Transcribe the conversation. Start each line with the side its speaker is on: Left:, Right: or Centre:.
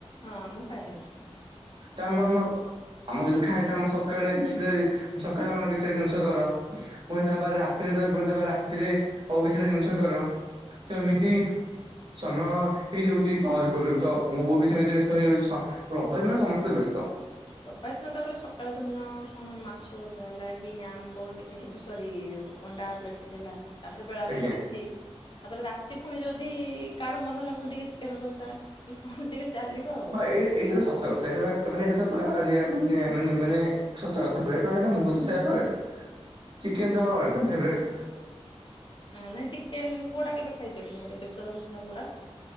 Left: ହଁ ମୁଁ ଖାଇନି।
Right: ତାମର ମୋବ ଆମ ଯଦି ଖାଏ ତ ଆମ ସକାଳେ କିଛି ସକାଳେ ଆମର କିଛି ଜିନିଷ କର। ପୁଣି ତାପରେ ରାତିରେ ତ ପୁଣି ତାପରେ ରାତିରେ ଆଉ କିଛି ଜିନିଷ କର, ତ ଏମିତି ସମୟ ହେଇଯାଉଛି, ଘରୁ ଘରୁ ତ ମୋ ବୋଉ ବି ସେମିତି ବ୍ୟସ୍ତ ହେଇଯାଉଛି, ରବିବାର ଦିନ ସମସ୍ତେ ବ୍ୟସ୍ତ।
Left: ରବିବାର ଦିନ ତାପରେ ସକାଳେ ଦିନ କଣ ମାଛ ଭଜା ହେଲା କି ଆମ୍ବ ଟିକେ ଏ ଯୋଉ ସରି ଯୋଉ ଅଣ୍ଡା ଆମ୍ବଲେଟ୍ ଟିକେ ହେଲା, ତାପରେ ବେଳା
Right: ଆଜ୍ଞା
Left: ପାଇଁକି ସି, ତାପରେ ରାତି ପୁଣି ଯଦି କାହାର ମନ ହେଲା ପୁଣି ଟିକେ ଚିକେନ କଷା। ଏ କଣ ଟିକେ ଚାଲିବ। ଆଉ
Right: ହଁ
Left: କଣ।
Right: ଏଇ ଏଇଟା ତ ସତ କଥା ଏଇଟା ତ ମାନେ ଏଇଟା ତ ପୁରା ମାନେ ମାନେ- ମାନେ-ମାନେ ସତ କଥା ପ୍ରାୟ କାରଣ ଏଇଟା ମୁଁ ବି ତ ସେଇଆ କରେ, ଚିକେନ ତ ମୋର ଅଲ୍ ଟାଇମ୍ ଫେବ୍ରାଇଟ୍।
Left: ହଁ ନାଇଁ ଚିକେନ ପୋଡା କେବେ ଖାଇଛ କି ନାଇଁ ଯୋଉ ବେସର ମସଲା ପୋଡା?